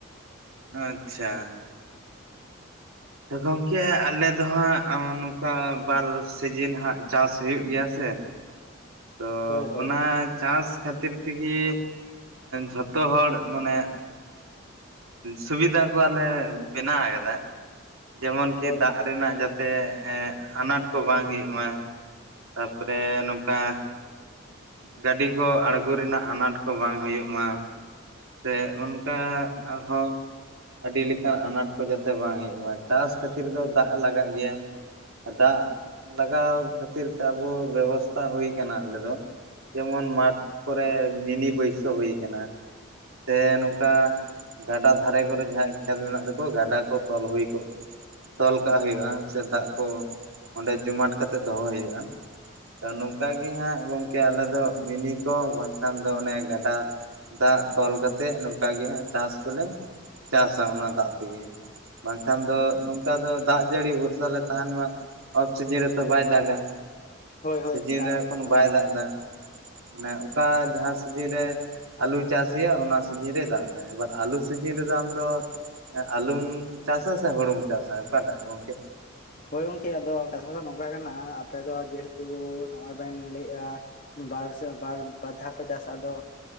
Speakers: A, on the right (about 80°); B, on the left (about 40°).
A: ᱱᱚᱪᱪᱷᱟ ᱛᱚ ᱜᱚᱢᱠᱮ ᱟᱞᱮ ᱫᱚ ᱦᱟᱸᱜ ᱚᱱᱚᱝ ᱚᱱᱠᱟ ᱵᱟᱨ ᱥᱤᱡᱤᱱ ᱦᱟᱸᱜ ᱪᱟᱥ ᱦᱩᱭᱩᱜ ᱜᱮᱭᱟ ᱥᱮ ᱛᱚ
B: ᱦᱳᱭ ᱦᱳᱭ
A: ᱚᱱᱟ ᱪᱟᱥ ᱠᱷᱟᱹᱛᱤᱨ ᱛᱮᱜᱮ ᱡᱷᱚᱛᱚ ᱦᱚᱲ ᱢᱟᱱᱮ ᱥᱩᱵᱤᱫᱷᱟ ᱠᱚ ᱟᱞᱮ ᱵᱮᱱᱟᱣ ᱟᱠᱟᱫᱟ ᱡᱮᱢᱚᱱᱠᱤ
B: ᱦᱳᱭ
A: ᱫᱟᱜ ᱨᱮᱱᱟᱜ ᱡᱟᱛ ᱛᱮ ᱮᱜ ᱟᱱᱟᱴ ᱠᱚ ᱵᱟᱝ ᱦᱩᱭᱩᱜ ᱢᱟ ᱛᱟᱯᱚᱨᱮ ᱱᱚᱝᱠᱟ ᱜᱟᱹᱰᱤ ᱠᱚ ᱟᱬᱜᱚ ᱨᱮᱱᱟᱜ ᱟᱱᱟᱴ ᱠᱚ ᱵᱟᱝ ᱦᱩᱭᱩᱜ ᱢᱟ ᱥᱮ ᱚᱱᱠᱟ ᱟᱨᱦᱚᱸ ᱟᱹᱰᱤ ᱞᱮᱠᱟᱱ ᱟᱱᱟᱴ ᱠᱚ ᱡᱟᱛᱮ ᱵᱟᱝ ᱦᱩᱭᱩᱜ ᱢᱟ᱾ ᱪᱟᱥ ᱠᱷᱟᱹᱛᱤᱨ ᱫᱚ ᱫᱟᱜ ᱞᱟᱜᱟᱜ ᱜᱮᱭᱟ᱾ ᱫᱟᱜ ᱞᱟᱜᱟᱣ ᱠᱷᱟᱹᱛᱤᱨ ᱛᱮ ᱟᱵᱚ ᱵᱮᱵᱚᱥᱛᱷᱟ ᱦᱩᱭ ᱠᱟᱱᱟ ᱟᱞᱮ ᱫᱚ᱾ ᱡᱮᱢᱚᱱ ᱢᱟᱴᱷ ᱠᱚᱨᱮ ᱢᱤᱱᱤ ᱵᱟᱹᱭᱥᱟᱹᱣ ᱦᱩᱭ ᱟᱠᱟᱱᱟ᱾ ᱥᱮ ᱱᱚᱝᱠᱟ ᱜᱟᱰᱟ ᱫᱷᱟᱨᱮ ᱠᱚᱨᱮ ᱡᱟᱦᱟᱸ ᱠᱷᱮᱛ ᱢᱮᱱᱟᱜ ᱛᱟᱠᱚᱣᱟ ᱜᱟᱰᱟ ᱠᱚ ᱛᱚᱞ ᱦᱩᱭ ᱠᱚᱜᱼᱟ᱾ ᱛᱚᱞ ᱠᱟᱜ ᱦᱩᱭᱩᱜᱼᱟ ᱥᱮ ᱫᱟᱜ ᱠᱚ ᱚᱸᱰᱮ ᱡᱚᱢᱟᱴ ᱠᱟᱛᱮ ᱫᱚᱦᱚ ᱦᱩᱭᱩᱜᱼᱟ᱾ ᱛᱚ ᱱᱚᱝᱠᱟ ᱜᱮ ᱦᱟᱸᱜ ᱜᱚᱝᱠᱮ ᱟᱞᱮ ᱫᱚ ᱢᱤᱱᱤ ᱠᱚ ᱵᱟᱝᱠᱷᱟᱱ ᱫᱚ ᱚᱱᱮ ᱜᱟᱰᱟ ᱫᱟᱜ ᱛᱚᱞ ᱠᱟᱛᱮᱫ ᱱᱚᱝᱠᱟ ᱜᱮ ᱦᱟᱸᱜ ᱪᱟᱥ ᱠᱚᱞᱮ ᱪᱟᱥᱟ ᱚᱱᱟ ᱫᱟᱜ ᱛᱮᱜᱮ᱾ ᱵᱟᱝᱠᱷᱟᱱ ᱫᱚ ᱱᱚᱝᱠᱟ ᱫᱚ ᱫᱟᱜ ᱡᱟᱹᱲᱤ ᱵᱷᱚᱨᱥᱟ ᱞᱮ ᱛᱟᱦᱮᱱ ᱢᱟ᱾ ᱚᱯᱷ ᱥᱤᱡᱤᱱ ᱨᱮᱛᱚ ᱵᱟᱭ ᱫᱟᱜ-ᱟ᱾
B: ᱦᱳᱭ ᱦᱳᱭ
A: ᱥᱤᱡᱤᱱ
B: ᱮᱠᱟᱞ
A: ᱨᱮ ᱮᱠᱷᱚᱱ
B: ᱮᱠᱟᱞ
A: ᱵᱟᱭ ᱫᱟᱜ ᱮᱫᱟ᱾ ᱢᱟᱱᱮ ᱚᱠᱟ ᱡᱟᱦᱟᱸ ᱥᱤᱡᱤᱱ ᱨᱮ ᱟᱹᱞᱩ ᱪᱟᱥ ᱦᱩᱭᱩᱜ-ᱟ ᱚᱱᱟ ᱥᱤᱡᱤᱱ ᱨᱮ ᱫᱟᱜ᱾ ᱮᱵᱟᱨ ᱟᱹᱞᱩ ᱥᱤᱡᱤᱱ ᱨᱮᱫᱚ ᱟᱢ ᱫᱚ ᱟᱹᱞᱩᱚᱢ ᱪᱟᱥᱟ ᱥᱮ ᱦᱩᱲᱩᱢ ᱪᱟᱥᱟ ᱚᱠᱟᱴᱟᱜ ᱜᱚᱝᱠᱮ?
B: ᱦᱳᱭ ᱜᱚᱝᱠᱮ ᱟᱫᱚ ᱠᱟᱛᱷᱟ ᱫᱚ ᱱᱚᱝᱠᱟ ᱠᱟᱱᱟ ᱟᱯᱮ ᱫᱚ ᱡᱮᱦᱮᱛᱩ ᱱᱚᱜᱼᱚᱭ ᱵᱮᱱ ᱞᱟᱹᱭᱮᱜᱼᱟ ᱵᱟᱨ ᱥᱮ ᱵᱟᱨ, ᱵᱟᱨ ᱫᱷᱟᱣ ᱛᱮ ᱪᱟᱥᱟᱜ ᱟᱫᱚ